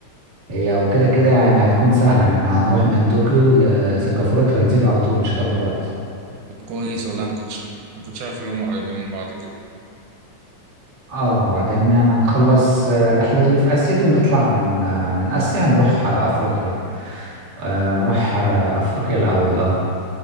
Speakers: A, on the right; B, on the right.
A: هي وكده كده يعني هتكون سهلة يعني احنا هنروح من طوكيو لسنغافورة ترانزيت على طول مش هتاخد وقت
B: طب كويس والله ما كنتش ما كنتش عارف اللي هم قريبين من بعض كده
A: اه وبعدين يعني هنخلص آه، الرحلة اللي في آسيا دي ونطلع من آه، من آسيا نروح آه، أفريقيا آه، نروح آه، أفريقيا الأول اه